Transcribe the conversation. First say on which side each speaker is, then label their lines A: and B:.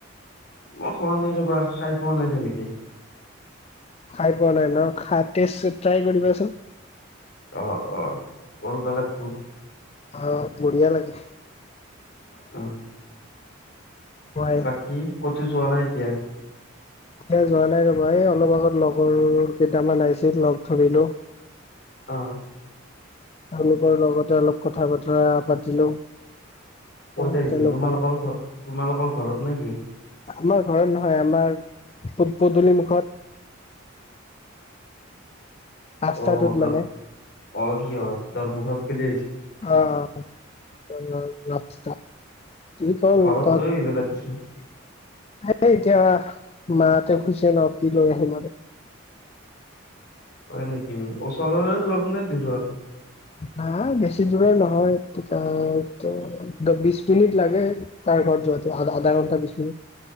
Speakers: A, on the left (about 55°); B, on the left (about 30°).
A: মই খোৱা নাই ৰবা, খায় পোৱা নাই তেনেকে।
B: খায় পোৱা নাই ন? খায়, টেষ্ট ট্ৰাই কৰিবাচোন।
A: অঁ অঁ। কৰব লাগবো।
B: অ', বঢ়িয়া লাগে।
A: অ',
B: মই
A: বাকী ক'তো যোৱা নাই এতিয়া?
B: এতিয়া যোৱা নাই ৰ'বা এই অলপ আগত লগৰ কেইটামান আহিছিল লগ ধৰিলো।
A: অ'।
B: তেওঁলোকৰ লগতে অলপ কথা বতৰা পাতিলো।
A: ক'ত
B: অ'
A: আহছিল?
B: তেনেকুৱাই
A: তোমালোকৰ ঘৰ, তোমালোকৰ ঘৰত নেকি?
B: আমাৰ ঘৰত নহয়, আমাৰ পদ পদূলি মুখত। ৰাস্তাটোত
A: অ', ত
B: মানে
A: অঁ সিহঁতৰ মুখত কেলে আহিচি?
B: অ'। <unintelligible>
A: ঘৰত লৈ আহিব লাগিছিল।
B: হেই এতিয়া মা হঁতেও খুজিছে ন, কি লৈ আহিম আৰু।
A: হয় নেকি? ওচৰৰে লগ নে দূৰৰ?
B: নাই বেছি দূৰৰ নহয়, তেতিয়াটো বিশ মিনিট লাগে। তাৰ ঘৰত যোৱাতে আধা ঘণ্টা বিশ মিনিট,